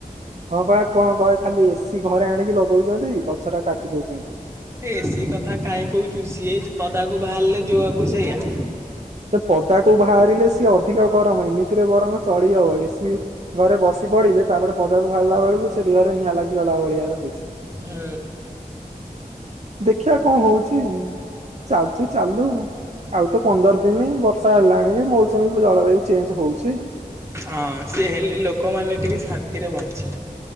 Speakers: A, on the right; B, on the right.
A: ହଁ ପା କଣ କହେ ଖାଲି ଏସିି ଘରେ ଆଣିକି ଲଗଉଚନ୍ତି ଗଛ ଟା କାଟି ଦଉଚନ୍ତି।
B: ଏ ଏସି କଥା କାାହିଁ କହୁଁ ଚୁଷିଏ ପଦାକୁ ବାହାରିଲେ ଜୋଆକୁ ସେଇଆ।
A: ପଦାକୁ ବାହାରିଲେ ସିଏ ଅଧିକ ଗରମ ଏମିତିରେ ବ ରଂ ଚଳି ହବ ଏ ସି ଘରେ ବସି ପଡିଲେ ତାପରେ ପଦାକୁ ବାହାରିଲା ବେଳକୁ ସେ ଦେହରେ ନିଆଁ ଲାଗିଗଲା ଭଳିଆ ହୋଉଛି।
B: ହୁଁ।
A: <inaudible> ଦେଖିବା କଣ ହୋଉଚି ଚାଲୁଚି ଚାଲୁ ଆଉ ତ ପନ୍ଦର ଦିନେହିଁ ବର୍ଷା ହେଲାଣି ବି ମୌସୁମୀ ଜଳବାୟୁ ଚେଞ୍ଜେ ହଉଛି।
B: ହଁ ସିଏ ହେଲେ ଲୋକମାନେ ଟିକେ ଶାନ୍ତିରେ ବଞ୍ଚିଵେ।